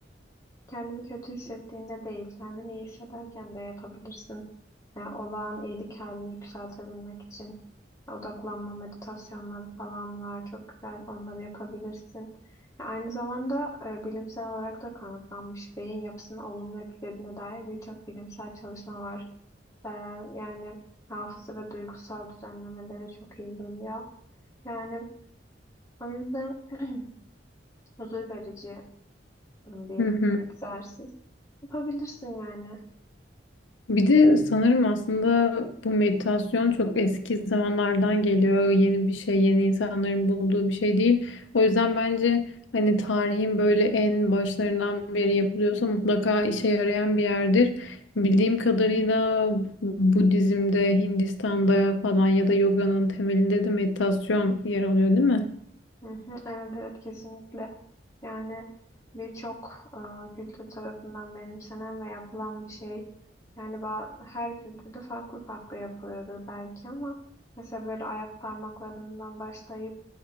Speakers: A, on the left; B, on the left.
A: Kendini kötü hissettiğinde değil, kendini iyi hissederken de yapabilirsin. Yani olağan iyilik halini yükseltebilmek için odaklanma meditasyonları falan var. Çok güzel onları yapabilirsin. Ya aynı zamanda e, bilimsel olarak da kanıtlanmış beyin yapısını olumlu etkilediğine dair birçok bilimsel çalışma var. E, yani hafıza ve duygusal düzenlemelere çok iyi geliyor. Yani o yüzden <clears throat> huzur verici bir
B: Hı hı.
A: egzersiz. Yapabilirsin yani.
B: Bir de sanırım aslında bu meditasyon çok eski zamanlardan geliyor. Yeni bir şey, yeni insanların bulduğu bir şey değil. O yüzden bence hani tarihin böyle en başlarından beri yapılıyorsa mutlaka işe yarayan bir yerdir. Bildiğim kadarıyla Budizm'de, Hindistan'da falan ya da yoganın temelinde de meditasyon yer alıyor, değil mi?
A: Hı hı, Evet evet kesinlikle. Yani birçok e, kültür tarafından benimsenen ve yapılan bir şey. Yani ba- her kültürde farklı farklı yapılıyordur belki ama mesela böyle ayak parmaklarından başlayıp